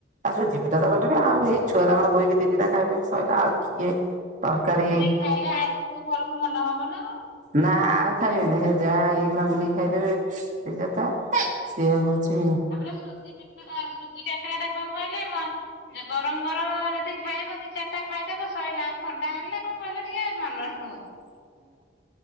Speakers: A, on the right (about 45°); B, on the left (about 70°).
A: ଆ ସୁଜି ପିଠା ତ କରିଥିଲି ଆଉ ଏଇ ଛୁଆ ତାଙ୍କର ବୋହିକି ଦିଦିଟା ଖାଇଦେବେ ସରିଲା ଆଉ କିଏ ତରକାରୀ
B: <unintelligible> କୋଉଥରକୁ ମନ ହବ ନା କଣ?
A: ନା ଆଉ ଖାଇବେନି ସେ ଯାହା ହେଇକିନା ବୁଲିକି ଖାଇଦେବେ ଦି ଚାରିଟା। ସିଏ ହଉଛି
B: ତାପରେ ସୁଜି ପିଠା ଟା ସୁଜି କାକରାଟା କଣ କହିଲେ ମନ ଯୋଉ ଗରମ ଗରମ ଯଦି ଖାଇବ ଥି ଦି ଚାରିଟା ଖାଇଦେବ ସରିଲା ଥଣ୍ଡା ହେଲେ କଣ କହିଲେ ଟିକେ ମନ ହବନି।